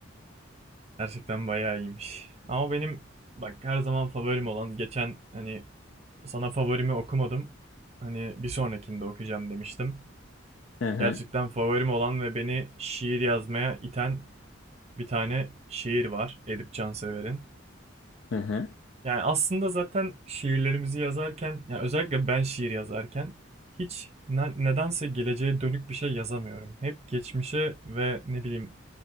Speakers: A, on the right; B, on the left.
A: Gerçekten bayağı iyiymiş. Ama benim bak her zaman favorim olan geçen hani sana favorimi okumadım. Hani bir sonrakinde okuyacağım demiştim.
B: Hı hı,
A: Gerçekten favorim olan ve beni şiir yazmaya iten bir tane şiir var. Edip Cansever'in.
B: hı hı,
A: Yani aslında zaten şiirlerimizi yazarken, yani özellikle ben şiir yazarken hiç ne- nedense geleceğe dönük bir şey yazamıyorum. Hep geçmişe ve ne bileyim